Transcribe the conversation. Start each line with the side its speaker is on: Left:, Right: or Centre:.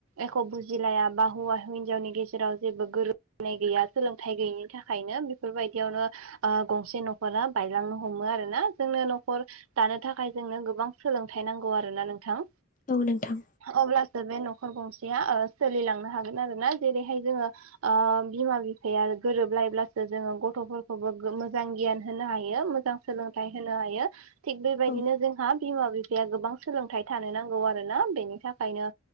Right: एख' बुजिलायाबा हौवा-हिनजावनि गेजेराव। गेजेराव जेबो गोरोब। नाय गैया सोलोंथाइ गैयिनि थाखायनो बेफोरबायदियावनो गंसे न'खरा ओ बायलांनो हमो। आरोना जोंनो न'खर दानो थाखाय जोंनो गोबां सोलोंथाइ नांगौ आरोना नों। थां
Left: औ नोंथां
Right: अब्लासो बे न'ख। न'खर गंसेआ ओ सोलिलांनो हागोन आरो ना जेरैहाय जोङो ओ बिमा-बिफाया गोरोब। अब्लासो जोङो गथ'फोरखौबो मोजां गियान होनो हायो मोजां सोलोंथाइ होनो हायो। थिग बेबायदिनो
Left: औ
Right: जोंहा बिमा-बिफाया गोबां सोलोंथाइ। थानो नांगौ आरो ना बेनि थाखायनो